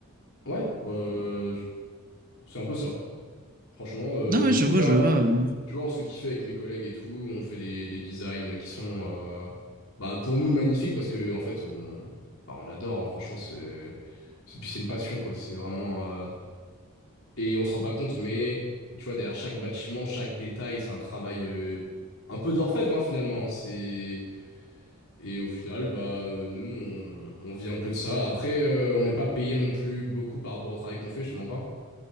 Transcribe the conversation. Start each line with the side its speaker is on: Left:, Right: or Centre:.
Left: Ouais, bah, euh, c'est un peu ça. Franchement, euh,
Right: Ah ouais,
Left: du
Right: je
Left: coup,
Right: vois,
Left: bah,
Right: je vois. euh.
Left: tu vois, on se fait kiffer avec mes collègues et tout. On fait des, des designs qui sont, euh, bah, pour nous magnifiques parce que en fait, on, bah, on adore. hein. franchement, c'est, c'est- puis c'est une passion, quoi. C'est vraiment, euh, et on se rend pas compte, mais tu vois, derrière chaque bâtiment, chaque détail, c'est un travail euh, un peu d'orfèvre hein, finalement. hein. c'est et au final, bah, euh, nous, on, on vit un peu de ça. Après, euh, on n'est pas payé non plus beaucoup par rapport au travail qu'on fait. Je te mens pas.